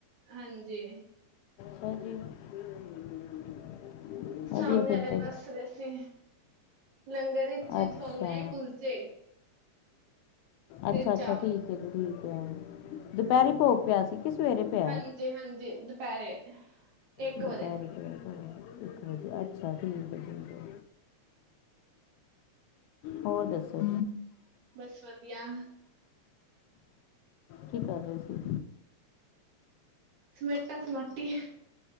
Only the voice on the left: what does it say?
<unintelligible> ਵਧੀਆ
ਫਿਰ
ਤੇ
ਅੱਛਾ
ਅੱਛਾ-ਅੱਛਾ
ਠੀਕ ਏ ਜੀ ਠੀਕ <unintelligible> ਦੁਪਹਿਰੇ ਭੋਗ ਪਿਆ ਸੀ ਕਿ ਸਵੇਰੇ ਪਿਆ
ਦੁੱ
ਧ ਪੈਰੇ ਇੱਕ ਵਜੇ ਅੱਛਾ ਠੀਕ ਐ ਠੀਕ ਐ ਹੋਰ ਦੱਸੋ
ਕੀ ਕਰ ਰੇ ਸੀ